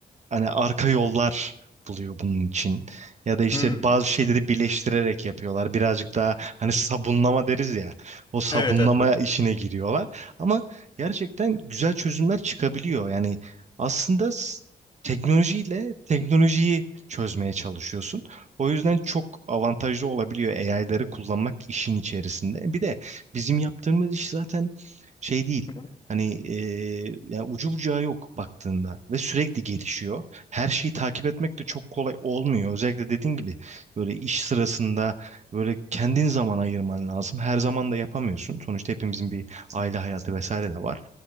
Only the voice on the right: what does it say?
hani arka yollar buluyor bunun için. Ya da işte
bazı şeyleri birleştirerek yapıyorlar. Birazcık daha hani sabunlama deriz ya. O sabunlama
işine giriyorlar. Ama gerçekten güzel çözümler çıkabiliyor. Yani aslında s- teknolojiyle teknolojiyi çözmeye çalışıyorsun. O yüzden çok avantajlı olabiliyor AI'ları kullanmak işin içerisinde. Bir de bizim yaptığımız iş zaten şey değil.
Hani e, yani ucu bucağı yok baktığında ve sürekli gelişiyor her şeyi takip etmek de çok kolay olmuyor. Özellikle dediğin gibi böyle iş sırasında böyle kendin zaman ayırman lazım. Her zaman da yapamıyorsun. Sonuçta hepimizin bir aile hayatı vesaire de var.